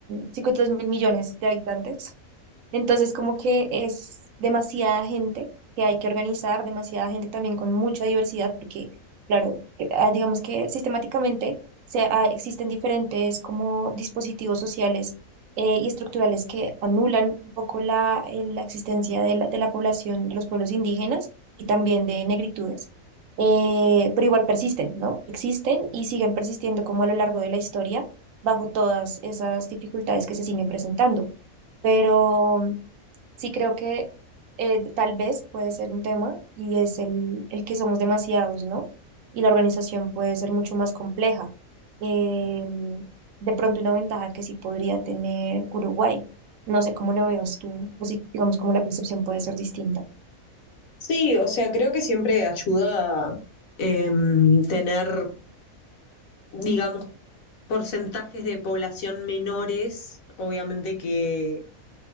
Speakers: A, on the right; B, on the left.
A: 52 mil millones de habitantes. Entonces, como que es demasiada gente que hay que organizar, demasiada gente también con mucha diversidad, porque, claro, que- ah, digamos que sistemáticamente se, ah, existen diferentes como dispositivos sociales eh, y estructurales que anulan un poco la, eh, la existencia de la, de la población de los pueblos indígenas y también de negritudes, eh, pero igual persisten, ¿no? Existen y siguen persistiendo como a lo largo de la historia bajo todas esas dificultades que se siguen presentando. Pero Sí creo que eh, tal vez puede ser un tema y es el, el que somos demasiados, ¿no? Y la organización puede ser mucho más compleja. Eh, de pronto una ventaja que sí podría tener Uruguay. No sé cómo lo veas tú, o si digamos cómo la percepción puede ser distinta.
B: Sí, o sea, creo que siempre ayuda em, tener, digamos, porcentajes de población menores, obviamente que,